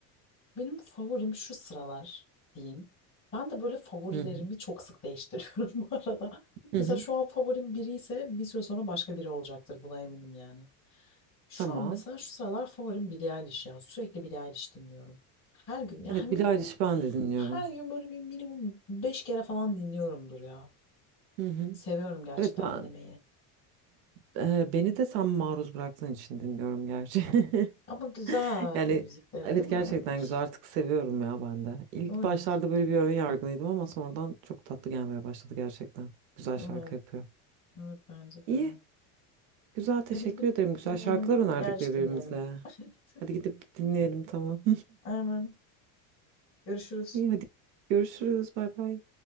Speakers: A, on the left (about 25°); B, on the right (about 60°).
A: Benim favorim şu sıralar diyeyim. Ben de böyle favorilerimi
B: Hı hı.
A: çok sık değiştiriyorum <laughs> bu arada.
B: Hı
A: Mesela
B: hı.
A: şu an favorim biri ise bir süre sonra başka biri olacaktır buna eminim yani. Şu
B: Tamam.
A: an mesela şu sıralar favorim Billie Eilish ya. Sürekli Billie Eilish dinliyorum. Her gün ya
B: Evet
A: minimum
B: Billie Eilish'i ben de dinliyorum.
A: her gün böyle bir minimum 5 kere falan dinliyorumdur ya.
B: Hı hı.
A: Seviyorum gerçekten
B: Evet ben
A: dinlemeyi.
B: e, beni de sen maruz bıraktığın için dinliyorum gerçi. <laughs>
A: Ama güzel
B: Yani
A: müzikleri
B: evet
A: değil mi?
B: gerçekten güzel
A: <laughs>
B: artık seviyorum ya ben de. İlk
A: Evet.
B: başlarda böyle bir ön yargılıydım ama sonradan çok tatlı gelmeye başladı gerçekten. Güzel
A: Evet.
B: şarkı yapıyor.
A: Evet bence
B: İyi.
A: de.
B: Güzel teşekkür
A: Hadi gidip
B: ederim. Güzel
A: dinleyelim.
B: şarkılar önerdik
A: Bir derviş
B: birbirimize.
A: dinleyelim. <laughs>
B: Hadi gidip dinleyelim tamam.
A: Armağan. Görüşürüz.
B: <laughs> İyi hadi görüşürüz. Bay bay.